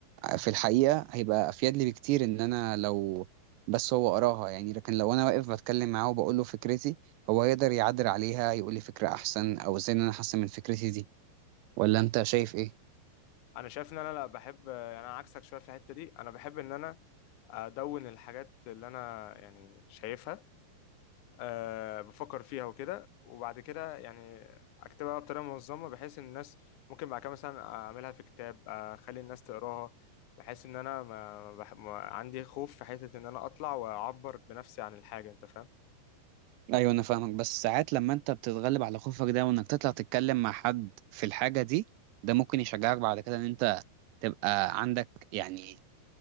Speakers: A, on the right; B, on the left.
A: في الحقيقة هيبقى أفيد لي بكتير إن أنا لو بس هو قراها يعني لكن لو أنا واقف بتكلم معاه وبقول له فكرتي هو هيقدر يعدل عليها يقول لي فكرة أحسن أو إزاي إن أنا أحسن من فكرتي دي ولا أنت شايف إيه؟
B: انا شايف ان انا لا بحب آه، انا عكسك شوية في الحتة دي انا بحب ان انا ادون الحاجات اللي انا يعني شايفها أه بفكر فيها وكده وبعد كده يعني اكتبها بطريقه منظمه بحيث ان الناس ممكن بعد كده مثلا اعملها في كتاب اخلي الناس تقراها بحيث ان انا ما ما بح... ما عندي خوف في حته ان انا اطلع واعبر بنفسي عن الحاجه انت فاهم
A: أيوه أنا فاهمك بس ساعات لما أنت بتتغلب على خوفك ده وإنك تطلع تتكلم مع حد في الحاجة دي ده ممكن يشجعك بعد كده إن أنت تبقى عندك يعني